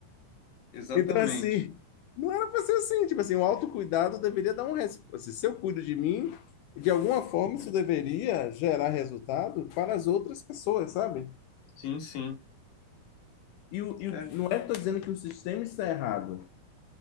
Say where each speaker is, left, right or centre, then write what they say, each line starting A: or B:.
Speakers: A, on the left (about 70°); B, on the left (about 85°).
A: Exatamente.
B: Então, assim, não era para ser assim. Tipo assim, o autocuidado deveria dar um resposta. se eu cuido de mim, de alguma forma isso deveria gerar resultado para as outras pessoas, sabe?
A: Sim, sim.
B: E, o- e o-
A: É,
B: não é que eu estou dizendo que o sistema está errado,